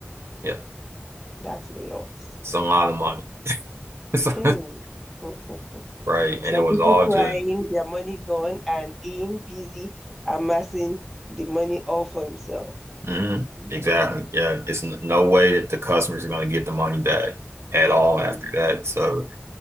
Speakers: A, on the right; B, in the centre.
A: Yeah.
B: That's a lot.
A: It's a lot of money, <laughs>
B: Hmm. <laughs>
A: right?
B: Some
A: And it was
B: people
A: all
B: crying,
A: just,
B: their money gone, and him busy amassing the money all for himself.
A: mhm,
B: Mm.
A: exactly. Yeah, it's n no way that the customers are going to get the money back at all after
B: Yeah,
A: that. So,